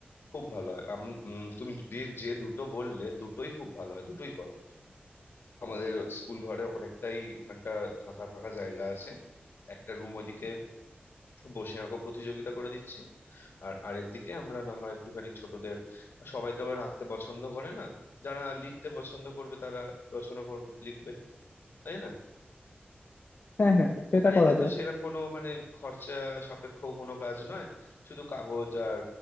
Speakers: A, on the left; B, on the left.
A: খুব ভালো হয় আমি উম, তুমি যে যে দুটো বললে দুটোই খুব ভালো হয় দুটোই করো আমাদের স্কুল ঘরে অনেকটাই ওখানটা ফাঁকা ফাঁকা জায়গা আছে একটা রুম ওদিকে বসে আঁকো প্রতিযোগিতা করে দিচ্ছি আর আরেকদিকে আমরা না হয় একটুখানি ছোটদের সবাই তো আবার আঁকতে পছন্দ করে না যারা লিখতে পছন্দ করবে তারা রচনা কর লিখবে তাই না
B: হ্যাঁ হ্যাঁ সেটা
A: আর
B: করা
A: এতে তো
B: যায়
A: সেরকম কোনো মানে খরচা সাপেক্ষ কোনো কাজ নয় শুধু কাগজ আর